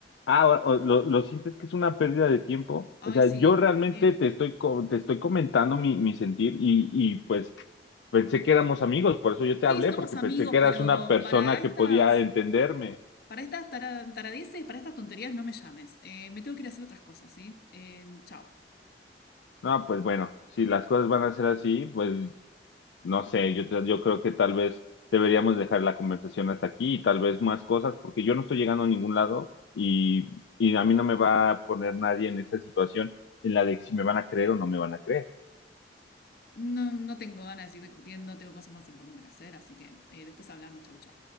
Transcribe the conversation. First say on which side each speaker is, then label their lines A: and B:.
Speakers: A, on the left; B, on the left.
A: Ah, o- o- lo, lo sientes que es una pérdida de tiempo.
B: Ay,
A: O sea,
B: sí,
A: yo realmente
B: eh,
A: te estoy, co- te estoy comentando mi, mi sentir y, y pues pensé que éramos amigos, por eso yo te
B: sí,
A: hablé,
B: somos
A: porque
B: amigos,
A: pensé que eras
B: pero
A: una persona
B: para estas,
A: que podía entenderme.
B: para estas tara- taradeces, para estas tonterías no me llames. Eh, me tengo que ir a hacer otras cosas, ¿sí? Eh, chao.
A: No, pues bueno, si las cosas van a ser así, pues no sé, yo, te- yo creo que tal vez deberíamos dejar la conversación hasta aquí y tal vez más cosas, porque yo no estoy llegando a ningún lado y, y a mí no me va a poner nadie en esa situación en la de si me van a creer o no me van a creer.
B: No, no tengo ganas de seguir discutiendo, tengo cosas más importantes que hacer, así que eh, después hablamos, chau, chau.